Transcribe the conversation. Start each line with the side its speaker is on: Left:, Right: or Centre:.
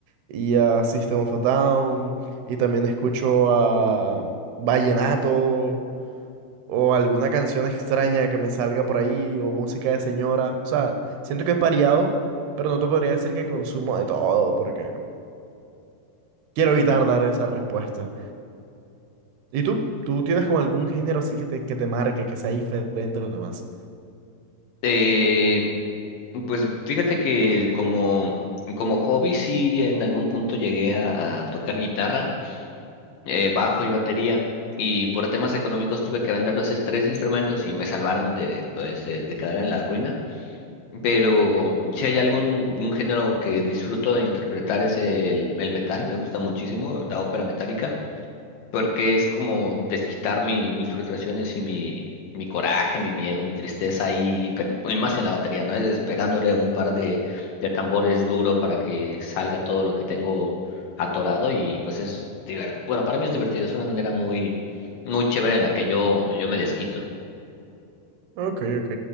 Right: y a System of a Down, y también escucho a Vallenato, o alguna canción extraña que me salga por ahí, o música de señora. O sea, siento que es variado, pero no te podría decir que consumo de todo, porque quiero evitar dar esa respuesta. ¿Y tú? ¿Tú tienes como algún género así que te, que te marque, que sea diferente a los demás?
Left: Eh, pues fíjate que como, como hobby sí en algún punto llegué a, a tocar guitarra, eh, bajo y batería, y por temas económicos tuve que vender los tres instrumentos y me salvaron de, pues, de de quedar en la ruina. Pero si hay algún un género que disfruto de interpretar es el, el metal, me gusta muchísimo la ópera metálica, porque es como desquitar mi- mis frustraciones y mi, mi coraje, mi miedo, mi tristeza ahí, pe- y más en la batería, ¿no? Es pegándole un par de, de tambores duro para que salga todo lo que tengo atorado y pues es divertido. Bueno, para mí es divertido, es una manera muy, muy chévere en la que yo, yo me desquito.
Right: Ok, ok.